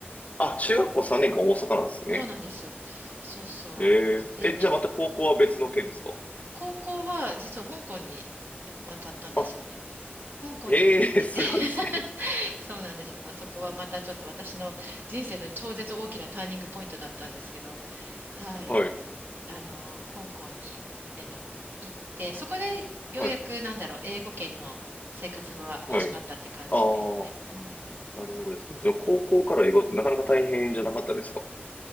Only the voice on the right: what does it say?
そうなんですよ。そうそう。
で、
め、
高校は実は香港に渡ったんですよね。
香港に行ってて
<laughs> そうなんです。まあ、そこはまたちょっと私の人生の超絶大きなターニングポイントだったんですけど、はい。
あの、香港に、あの、行って、そこでようやくなんだろう、
英語圏の生活が始まったって感じですね。
うん。